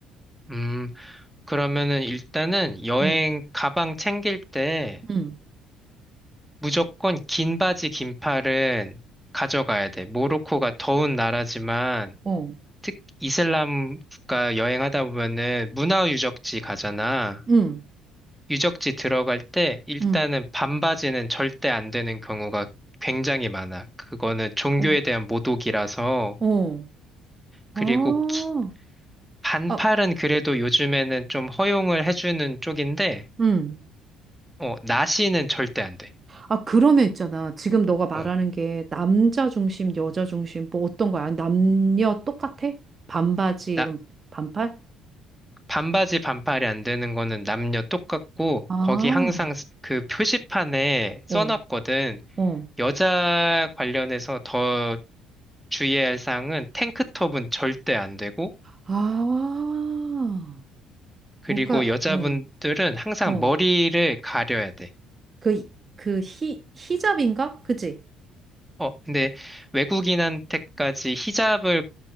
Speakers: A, in the centre; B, on the right.
A: 음, 그러면은 일단은 여행
B: 응,
A: 가방 챙길 때
B: 응,
A: 무조건 긴 바지, 긴팔은 가져가야 돼. 모로코가 더운 나라지만,
B: 어,
A: 특, 이슬람 국가 여행하다 보면은 문화 유적지 가잖아.
B: 응,
A: 유적지 들어갈 때 일단은
B: 응,
A: 반바지는 절대 안 되는 경우가 굉장히 많아. 그거는 종교에
B: 어,
A: 대한 모독이라서.
B: 어. 아,
A: 그리고 기- 반팔은
B: 아,
A: 그래도 요즘에는 좀 허용을 해주는 쪽인데,
B: 응.
A: 어, 나시는 절대 안 돼.
B: 아, 그러면 있잖아. 지금 너가 말하는
A: 어.
B: 게 남자 중심, 여자 중심, 뭐 어떤 거야? 남녀 똑같아? 반바지,
A: 나,
B: 이런 반팔?
A: 반바지 반팔이 안 되는 거는 남녀 똑같고
B: 아,
A: 거기 항상 스- 그 표지판에 써놨거든.
B: 어, 어.
A: 여자 관련해서 더 주의해야 할 사항은 탱크톱은 절대 안 되고
B: 아,
A: 그리고
B: 뭔가,
A: 여자분들은
B: 어,
A: 항상
B: 어.
A: 머리를 가려야 돼.
B: 그, 그 히, 히잡인가? 그지?
A: 어, 근데 외국인한테까지 히잡을